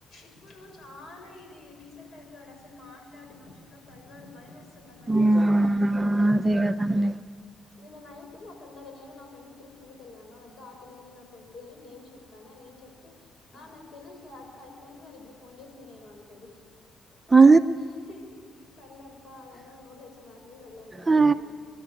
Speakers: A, on the left (about 50°); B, on the right (about 25°).
A: ఇప్పుడు చాలా ఇది డీసెంట్ అయిపోయాడు ఇడు అసలు మాట్లాడు మనుషుల్లో కలవడు భయం వేస్తుంది నాకు వాన్ని
B: మ్మ్
A: చూస్తే
B: అదే కదండి
A: నిన్న నైట్ నా ఫ్రెండ్ అదె నేను నా ఫ్రెండ్ ఇద్దరం కిందికెళ్ళమా అదో ఆ పిల్లనే నా ఫ్రెండ్ అని నేమ్ చెప్పానా నేమ్ చెప్తే ఆ నాకు తెలుసులే అక్క అఅక్కదానికే నేనిప్పుడు ఫోన్ చేసింది నేను అంటాడు
B: ఆ
A: హ్హ్ హ్హ్ హ్హ్ సర్లేప్ప అదన్నా నోర్ తెర్సి మాట్లాడాడులే అన్కుంటి
B: ఆ
A: నేను